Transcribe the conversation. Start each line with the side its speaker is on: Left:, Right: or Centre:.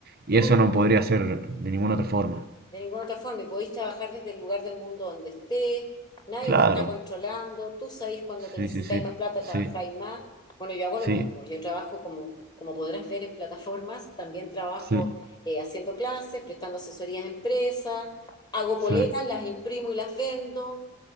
Left: Claro.
Right: Y eso no podría ser de ninguna otra forma.
Left: de ninguna otra forma. Y podéis trabajar desde el lugar del mundo donde estés, nadie
Right: Claro,
Left: te está controlando, tú sabéis cuando
Right: sí,
Left: te necesitáis
Right: sí, sí,
Left: más plata, trabajáis
Right: sí,
Left: más. Bueno, yo hago
Right: sí,
Left: lo mismo, yo trabajo como, como podrás ver en plataformas, también trabajo
Right: sí,
Left: eh, haciendo clases, prestando asesorías a empresas, hago poleras,
Right: sí,
Left: las imprimo y las vendo.